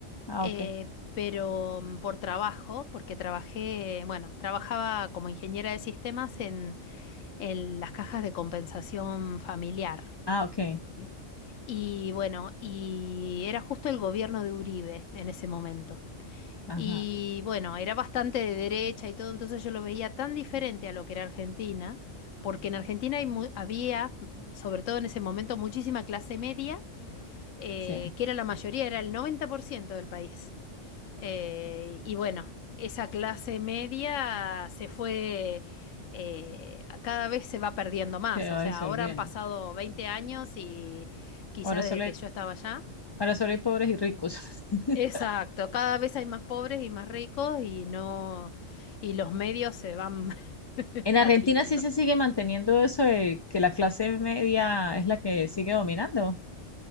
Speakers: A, on the left; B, on the left.
A: Ah,
B: eh,
A: ok.
B: pero mm, por trabajo, porque trabajé, bueno, trabajaba como ingeniera de sistemas en las cajas de compensación familiar.
A: Ah, ok.
B: Sí. Y bueno, y era justo el gobierno de Uribe en ese momento.
A: Ajá.
B: Y bueno, era bastante de derecha y todo, entonces yo lo veía tan diferente a lo que era Argentina, porque en Argentina hay mu- había, sobre todo en ese momento, muchísima clase media, eh,
A: Sí,
B: que era la mayoría, era el 90% del país. Eh, y bueno, esa clase media se fue, eh, cada vez se va perdiendo más.
A: se va
B: O sea,
A: disolviendo.
B: ahora han pasado 20 años y quizá
A: Ahora
B: desde
A: solo
B: que
A: hay,
B: yo estaba allá.
A: ahora solo hay pobres y ricos. <laughs>
B: Exacto, cada vez hay más pobres y más ricos y no, y los medios se van <laughs>
A: En
B: perdiendo.
A: Argentina sí se sigue manteniendo eso de que la clase media es la que sigue dominando.